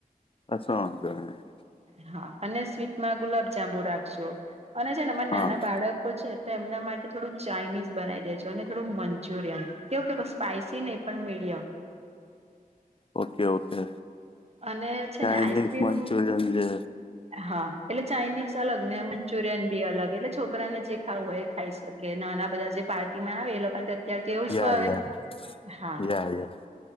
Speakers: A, on the left (about 35°); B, on the right (about 45°).
A: કશું વાધો નહીં.
B: હા અને સ્વીટમાં ગુલાબ જાંબુ રાખજો અને છે ને અમારા
A: હા
B: નાના બાળકો છે તો એમના માટે થોડું ચાાઈનીઝ બનાવી દેજો અને થોડું મંચુરિયન કેવું કે સ્પાઈસી ને પણ મીડિયમ.
A: ઓકે ઓકે
B: અને છે
A: ચાઇનીઝ
B: ને આઈસ્ક્રીમ
A: મંચુરિયન જે
B: હા એટલે ચાઇનીઝ અલગ ને મંચુરિયન બી અલગ એટલે છોકરાને જે ખાવું હોય એ ખાઈ શકે નાના બધા જે પાર્ટીમાં આવે એ લોકોને ત્યારે તો એવું જ
A: યા
B: ભાવે,
A: યા
B: હા.
A: યા યા